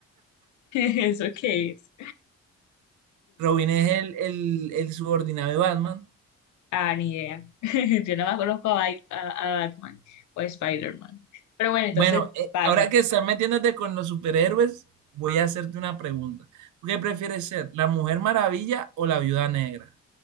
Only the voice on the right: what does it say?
Robin es el, el, el subordinado de Batman.
Bueno, eh,
ahora que estás metiéndote con los superhéroes, voy a hacerte una pregunta. ¿Tú qué prefieres ser, la Mujer Maravilla o la Viuda Negra?